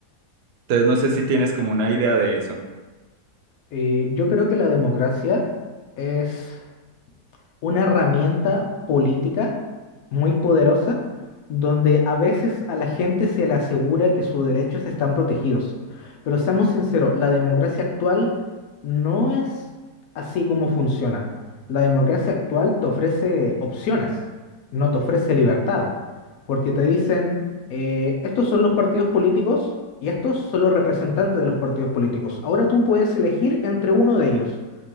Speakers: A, on the right (about 70°); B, on the left (about 70°).
A: Entonces, no sé si tienes como una idea de eso.
B: Eh, yo creo que la democracia es una herramienta política muy poderosa donde a veces a la gente se le asegura que sus derechos están protegidos. Pero seamos sinceros, la democracia actual no es así como funciona. La democracia actual te ofrece opciones, no te ofrece libertad, porque te dicen, eh, estos son los partidos políticos y estos son los representantes de los partidos políticos. Ahora tú puedes elegir entre uno de ellos.